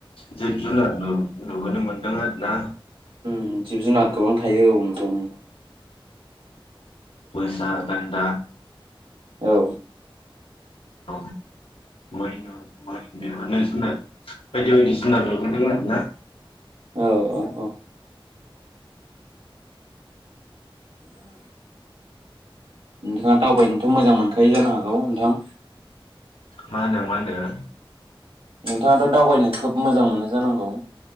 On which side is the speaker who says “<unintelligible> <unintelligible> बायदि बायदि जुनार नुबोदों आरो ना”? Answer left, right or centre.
Left